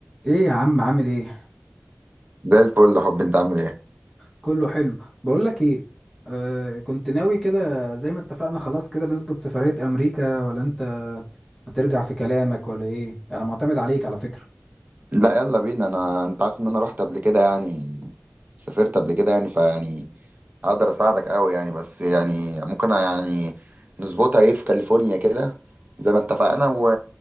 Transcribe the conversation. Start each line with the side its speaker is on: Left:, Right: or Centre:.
Centre: ايه يا عم عامل ايه
Right: زي الفل يا حب انت عامل ايه
Centre: كله حلو بقول لك ايه آه كنت ناوي كده زي ما اتفقنا خلاص كده نظبط سفرية امريكا ولا انت هترجع في كلامك ولا ايه انا معتمد عليك على فكرة
Right: لا يلا بينا انا انت عارف ان انا رحت قبل كده يعني سافرت قبل كده يعني فيعني اقدر اساعدك قوي يعني بس يعني ممكن يعني نظبطها ايه في كاليفورنيا كده زي ما اتفقنا و...